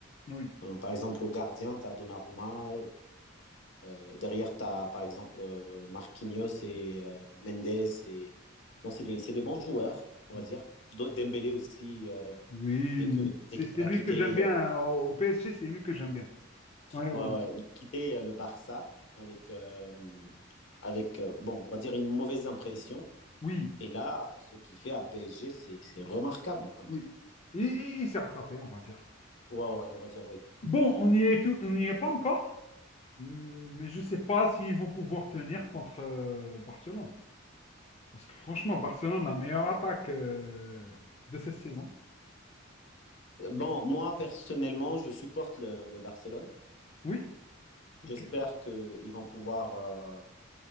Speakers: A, on the left (about 30°); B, on the left (about 65°).
A: oui.
B: Euh, par exemple, au gardien, tu as Donnarumma, euh, derrière, tu as par exemple euh, Marquinhos et euh, Mendes. Et... Non, c'est des, c'est des bons joueurs, on
A: Mhm.
B: va dire. Do- Dembélé aussi, euh,
A: Oui,
B: dès que,
A: c'est
B: dès qu'il
A: c'est
B: a
A: lui
B: quitté,
A: que j'aime bien.
B: euh,
A: hein. Au au PSG, c'est lui que j'aime bien. Oui, voilà.
B: ouais, ouais, il a quitté euh, le Barça avec, euh, avec euh, bon, on va dire une mauvaise impression.
A: Oui,
B: Et là, ce qu'il fait à PSG, c'est, c'est remarquable quand
A: oui.
B: même.
A: Il, il- il s'est rattrapé, on va dire.
B: Ouais, ouais, on va dire oui.
A: Bon, on n'y est, tout- on n'y est pas encore, Hum, mais je ne sais pas s'ils vont pouvoir tenir contre euh, Barcelone. Parce que franchement, Barcelone, la meilleure attaque euh, de cette saison.
B: Euh, Bon, moi, personnellement, je supporte le, le Barcelone.
A: Oui,
B: J'espère
A: ok.
B: qu'ils vont pouvoir euh,